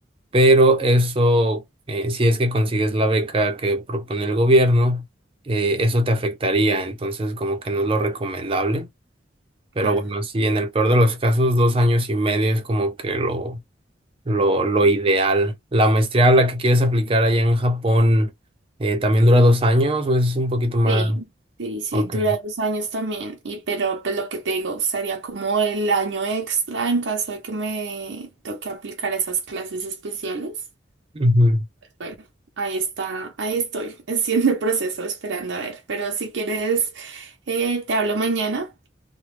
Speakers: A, on the right (about 30°); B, on the right (about 85°).
A: pero eso, eh, si es que consigues la beca que propone el gobierno, eh, eso te afectaría, entonces como que no es lo recomendable, pero
B: claro.
A: bueno, sí, en el peor de los casos, dos años y medio es como que lo, lo, lo ideal. La maestría a la que quieres aplicar allá en Japón, eh, ¿también dura dos años o es un poquito más?
B: Sí, sí, sí,
A: Ok.
B: dura dos años también. Y pero pues lo que te digo, sería como el año extra en caso de que me toque aplicar esas clases especiales.
A: Ujú.
B: Bueno, ahí está, ahí estoy, <laughs> haciendo el proceso, esperando a ver. Pero si quieres, eh, te hablo mañana